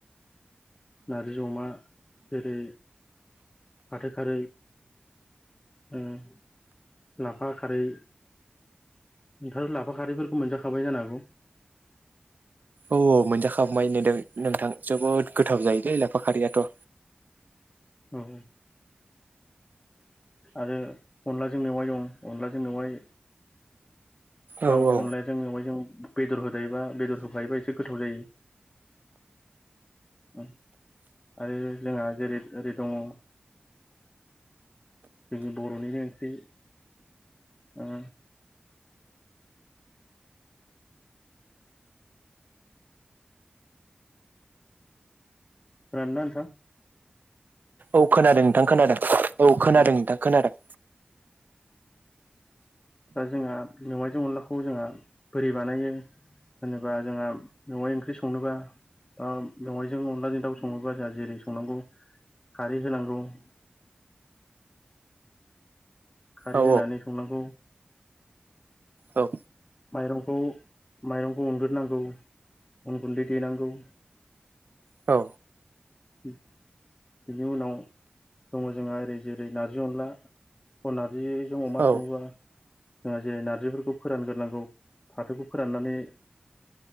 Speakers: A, on the left; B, on the right.
A: नार्जि अमा जेरै फाथे खारै उम लाफा खारै ओंथांआ लाफाखारिफोरखौ मोनजाखाबाय जानो हागौ?
B: औ औ मोनजाखांबबाय नदों नोंथां जोबोद गोथाव जायोलै लाफाखारियाथ।
A: औ आरो अनलाजों मेवाय दं अनलाजों मेवाय बा
B: औ औ
A: अनलाया जों मेवाय जों बेदर होदायोबा बेदर होफायोबा एसे गोथाव जायो। उम आरो जोंहा जेरै ओरै दङ जोंनि बरनिनो ओंख्रि ओ राननाथां
B: औ खोनादों नोंथां खोनादों औ खोनादों
A: ओ
B: नोंथां खोनादों।
A: दा जोंहा मेाइजों अनलाखौ जोंहा बोरि बानायो? होनोबा जोंहा मेवाय ओंख्रि संनोबा दा मेवाइजों अनलाजों दाउ सङोबा जोंहा जेरै संनांगौ खारै होनांगौ <unintelligible> खारै
B: औ
A: होनानै संनांगौ
B: औ
A: माइरंखौ माइरंखौ उग्रोनांगौ उन गुन्दै देनांगौ।
B: औ।
A: बिनि उनाव दङ जोंहा ओरै जेरै नारजि अनला अ नार्जिजों अमा
B: औ
A: सङोबा जोंहा जेरै नारजिफोरखौ फोरानग्रोनांगौ फाथोखौ फोराननानै